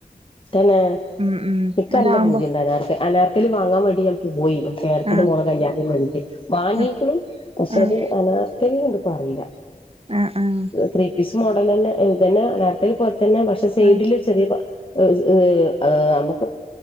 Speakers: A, on the left; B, on the right.
A: തന്നെ
B: ഉം ഉം
A: നിക്ക്
B: അതാവുമ്പോ
A: നല്ല പൂതിയുണ്ട് അനാർക്ക് അനാർക്കലി വാങ്ങാൻ വേണ്ടി ഞാൻ പോയി <unintelligible>
B: ആഹ്
A: വാങ്ങിക്കിണ്
B: ആഹ്
A: പക്ഷെ
B: ആഹ്
A: അത് അനാർക്കലിണ്ട് പറയില്ല
B: ആഹ് ആഹ്
A: ത്രീ പീസ് മോഡല് തന്നെ ഇതന്നെ അനാർക്കലിപോലെ തന്നെപക്ഷെ സൈഡില്
B: ആഹ്
A: ചെറിയ ഏ ഏ നമുക്ക്